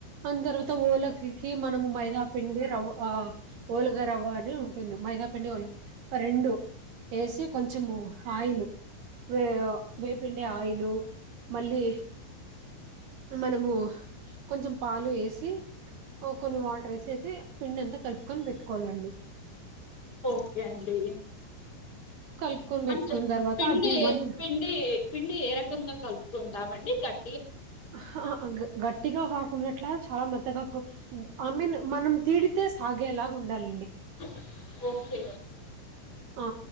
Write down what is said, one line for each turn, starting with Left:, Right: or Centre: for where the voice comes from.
Right: ఆన్ తర్వాత ఓలక్కికి మనము మైదాపిండి రవ్వ ఆ ఓలుగా రవ్వ అని ఉంటుంది మైదాపిండి ఓల్ ఆ రెండు ఏసి కొంచము ఆయిలు వే వేపిండి ఆయిలు మళ్ళీ మనము కొంచెం పాలు ఎసి కొన్ని వాట వేసేసి పిండి ఎంత కలుపుకొని పెట్టుకోవాలండి
Left: ఓకే అండి
Right: కలుపుకొని పెట్టుకున్న
Left: అంటే
Right: తర్వాత
Left: పిండి
Right: అది వన్
Left: పిండి పిండి ఏ రకంగా కలుపుకుంటామండి కట్
Right: హాహా గట్టిగా కాకుంన్నట్లా చాలా మెద్దగా ఐ మీన్ మనం తీడితే సాగేలాగా ఉండాలండి
Left: ఓకే ఓకే
Right: ఆ